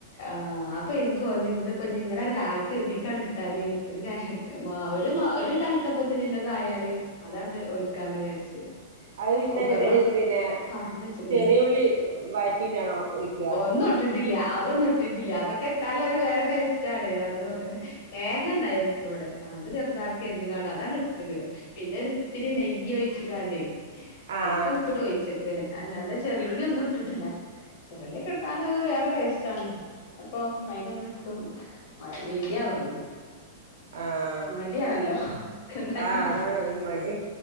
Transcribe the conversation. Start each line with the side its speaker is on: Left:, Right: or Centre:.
Left: ആഹ് അപ്പൊ ഇൻക്ക് തോന്നി ഇന്ന് പ്പൊ ഞ്ഞ് ഇങ്ങനെടെ കായ്ക്ക് എതിക്കാണ്ട് ഇട്ടാല് ഒരു കാ മാ ര് മാ ഒരു കൽത്തപ്പത്തിന്ള്ളതായാല് അതാണ്ട്
Right: ആഹ്
Left: ഒഴിക്കാലോ ചാരിച്ച്
Right: അത് പിന്നെ
Left: കുക്കറില്
Right: എങ്ങനെയാണ് പിന്നെ
Left: പാർന്ന് വെച്ച്ക്ക്ണ്
Right: ചെറിയ ഉള്ളി വയറ്റിട്ടാണോ ഒഴിക്ക
Left: ന്നും ഇട്ടിട്ടില്ല അതൊന്നും ഇട്ടിട്ടില്ല അതൊക്കെ ഇട്ടാലൊര് വേറെ ടേസ്റ്റ് ആണ് അത് <unintelligible> തേങ്ങ ഇണ്ടായിരുന്നു ഇവിടെ അത് ചെറുതാക്കി അരിഞ്ഞ്കാണ്ട് അതാണ് ഇട്ട്ക്ക്ണ് പിന്നെ ഒരിത്തിരി നെയ്യ് ഒഴിച്ച്ക്കാണ്ടേ
Right: ആഹ്
Left: ആയിക്കങ്ങട്ട് ഒഴിച്ചക്കാണ് അല്ലാണ്ടെ ചെറിയുള്ളി ഒന്നും ഇട്ടിട്ടില്ല <unintelligible> ഇട്ടാല് അതൊരു വേറെ ടേസ്റ്റ് ആണ് അപ്പൊ അയിനൊന്നും ഇൻക് മഴ പെയ്യവോ ഞ്
Right: ആഹ്
Left: മടിയാണല്ലോ ഇണ്ടാക്കാ
Right: ആഹ് അതാണ് മടി